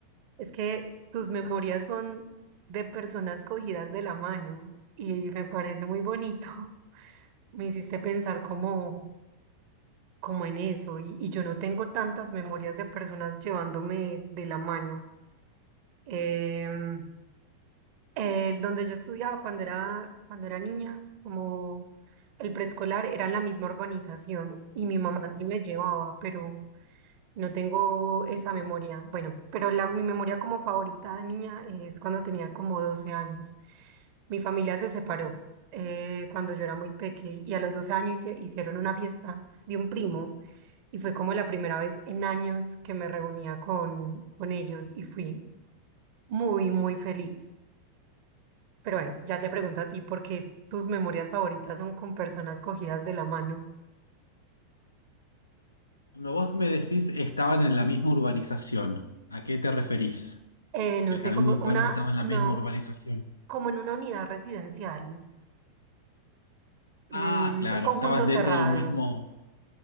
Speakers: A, on the right; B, on the left.
A: Es que tus memorias son de personas cogidas de la mano y me parece muy bonito. <laughs> Me hiciste pensar como como en eso, y, y yo no tengo tantas memorias de personas llevándome de la mano. Em, el donde yo estudiaba cuando era, cuando era niña, como el preescolar, era en la misma urbanización y mi mamá sí me llevaba, pero no tengo esa memoria. Bueno, pero la, mi memoria como favorita de niña es cuando tenía como 12 años. Mi familia se separó eh, cuando yo era muy pequeña y a los 12 años hice- hicieron una fiesta de un primo y fue como la primera vez en años que me reunía con, con ellos y fui muy, muy feliz. Pero bueno, ya te pregunto a ti porque tus memorias favoritas son con personas cogidas de la mano.
B: Cuando vos me decís estaban en la misma urbanización, ¿a qué te referís?
A: Eh, no
B: Que el
A: sé,
B: jardín
A: como
B: de infantes
A: una,
B: estaba en la
A: no,
B: misma urbanización.
A: como en una unidad residencial. Mm,
B: Ah, claro,
A: un conjunto
B: estabas dentro
A: cerrado.
B: de un mismo...